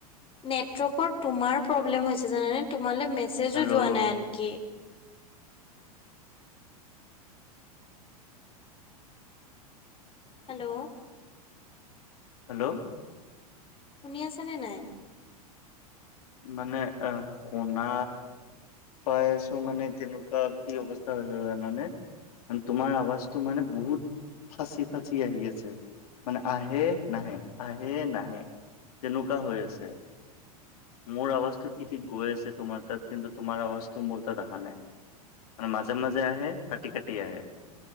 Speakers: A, on the left (about 30°); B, on the left (about 70°).
A: নেটৱৰ্কৰ তোমাৰ প্ৰৱলেম হৈছে জানানে। তোমালে মেছেজো
B: হেল্ল'
A: যোৱা নাই আনকি। হেল্ল'!
B: হেল্ল'!
A: শুনি আছানে নাই?
B: মানে অ', শুনা পাই আছো মানে তেনেকুৱা কি অৱস্থা হৈছে জানানে? তোমাৰ আৱাজটো মানে বহুত ফাঁচি ফাঁচি আহি আছে। মানে আহে-নাহে, আহে-নাহে। তেনেকুৱা হৈ আছে। মোৰ আৱাজটো কি ঠিক গৈ আছে তোমাৰ তাত। কিন্তু তোমাৰ আৱাজটো মোৰ তাত আহা নাই। মানে মাজে মাজে আহে। কাটি-কাটি আহে,